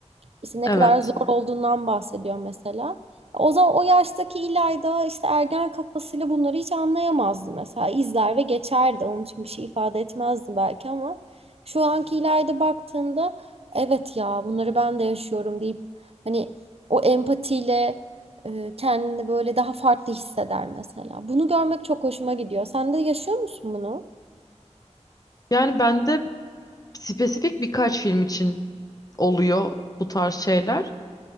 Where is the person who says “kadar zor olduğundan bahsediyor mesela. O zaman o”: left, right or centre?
Right